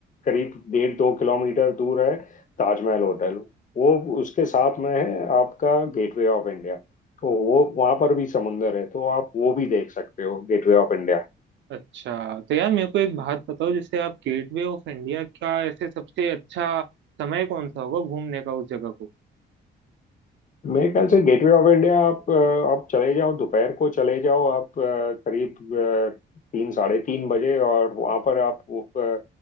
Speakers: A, on the left; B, on the right.
A: करीब डेढ़ दो किलोमीटर दूर है ताजमहल होटल वो उसके साथ में है आपका गेटवे ऑफ इंडिया तो वो वहां पर भी समुंदर है तो आप वो भी देख सकते हो गेटवे ऑफ इंडिया
B: अच्छा तो यार मेरे को एक बात बताओ जैसे आप गेटवे ऑफ इंडिया क्या ऐसे सबसे अच्छा समय कौन सा होगा घूमने का उस जगह को
A: मेरे ख्याल से गेटवे ऑफ इंडिया आप अ, आप चले जाओ दोपहर को चले जाओ आप अ, करीब अ, तीन साढ़े तीन बजे और वहाँ पर आप वो, अ,